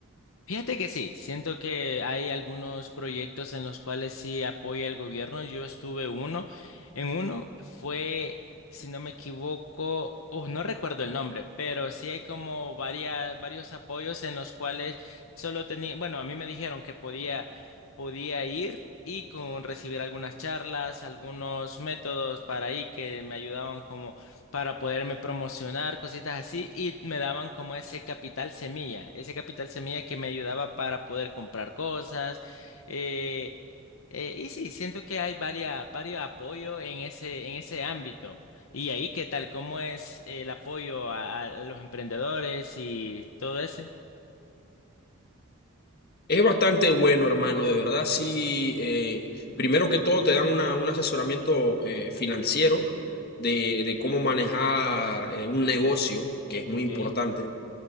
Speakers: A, on the left (about 65°); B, on the left (about 45°).
A: Fíjate que sí, siento que hay algunos proyectos en los cuales sí apoya el gobierno. Yo estuve uno, en uno fue, si no me equivoco, uh, no recuerdo el nombre, pero sí hay como varias, varios apoyos en los cuales solo tenía, bueno, a mí me dijeron que podía, podía ir y con recibir algunas charlas, algunos métodos para ahí que me ayudaban para poderme promocionar, cositas así, y me daban como ese capital semilla, ese capital semilla que me ayudaba para poder comprar cosas. eh, eh, y sí, siento que hay varias, varios apoyos en ese, en ese ámbito. Y ahí, ¿qué tal? ¿Cómo es el apoyo a, a los emprendedores y todo ese?
B: Es bastante bueno, hermano, de verdad, sí. eh, primero que todo te dan una- un asesoramiento eh, financiero de, de cómo manejar eh, un negocio, que es
A: Okay.
B: muy importante.